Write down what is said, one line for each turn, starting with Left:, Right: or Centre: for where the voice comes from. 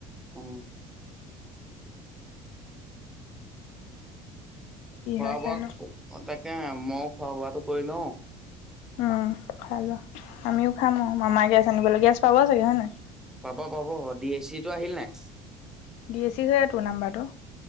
Centre: উম।
Left: কি
Centre: খোৱা
Left: হয়
Centre: -
Left: চাই
Centre: বোৱা,
Left: লওঁ।
Centre: তাকে মই খোৱা - বোৱাটো কৰি লওঁ
Left: উম খাই লোৱা, আমিও খাম অ মামাৰ গেছ আনিবলৈ গেছ পাব চাগে হয় নাই?
Centre: পাব পাব ডি এ চিটো আহিল নেক্স?
Left: ডি এ চি সেইটো নাম্বাৰটো।